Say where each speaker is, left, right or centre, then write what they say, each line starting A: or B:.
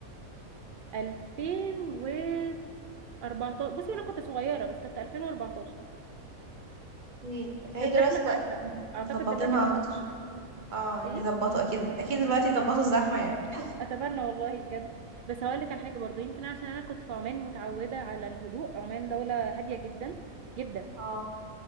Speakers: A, on the right; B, on the right.
A: 2014 بصي انا كنت صغيره بس كانت 2014
B: ايه فهي
A: كانت
B: دلوقتي
A: زحمه ساعتها
B: بقى
A: اعتقد
B: مظبطينها
A: دلوقتي تبقى
B: اكتر
A: أكتر.
B: اه يعني
A: ايه
B: ظبطوا اكيد اكيد دلوقتي ظبطوا الزحمة يعني <laughs>
A: اتمنى والله بجد بس هقول لك على حاجه برضو يمكن عشان انا كنت في عمان متعوده على الهدوء عمان دوله هاديه جدا جدا
B: اه